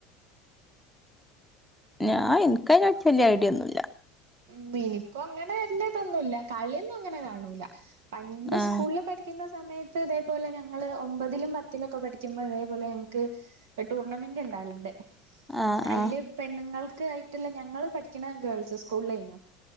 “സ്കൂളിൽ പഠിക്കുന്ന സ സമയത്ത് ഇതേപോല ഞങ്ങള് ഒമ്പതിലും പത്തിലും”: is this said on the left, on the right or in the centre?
Right